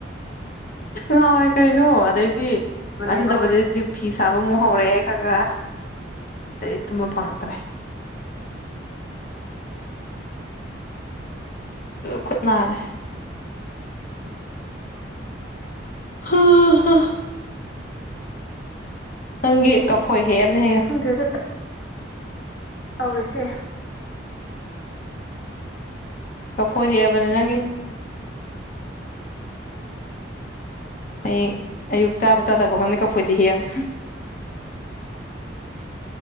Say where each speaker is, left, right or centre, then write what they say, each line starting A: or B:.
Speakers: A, on the left; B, on the left.
A: ꯂꯏ ꯀꯩꯅꯣ ꯑꯗꯩꯗꯤ ꯉꯁꯤꯟ
B: ꯅꯦꯕ
A: ꯇꯧꯕꯗꯩꯗꯤ
B: ꯍꯧꯖꯤꯛ
A: ꯐꯤ ꯁꯥꯕ ꯑꯃꯨꯛ ꯍꯧꯔꯛꯑꯦ ꯈ ꯈ ꯑꯗꯩ ꯇꯨꯝꯕ ꯐꯪꯉꯛꯇ꯭ꯔꯦ <inaudible> ꯈꯨꯠꯅꯥꯔꯦ
B: <inaudible>
A: ꯍꯥ ꯍ ꯅꯪꯒꯤ ꯀꯐꯣꯏ ꯍꯦꯛ ꯍꯦꯛꯌ
B: ꯈꯪꯗ꯭ꯔꯦꯗ ꯇꯧꯔꯤꯁꯦ
A: ꯍꯣꯏ ꯍꯦꯕꯅꯤ ꯅꯪꯒꯤ ꯑꯩ ꯑꯌꯨꯛ ꯆꯥꯕ ꯆꯥꯗꯕ ꯈꯪꯗꯦ ꯀꯛꯐꯣꯏꯗꯤ ꯍꯦꯛ <inaudible>